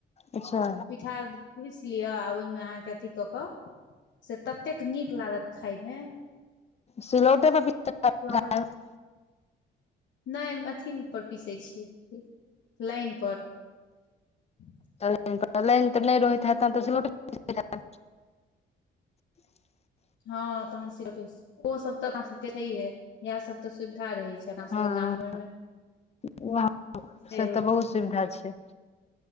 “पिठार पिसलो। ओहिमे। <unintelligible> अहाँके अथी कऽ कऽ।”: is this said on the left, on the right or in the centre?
Left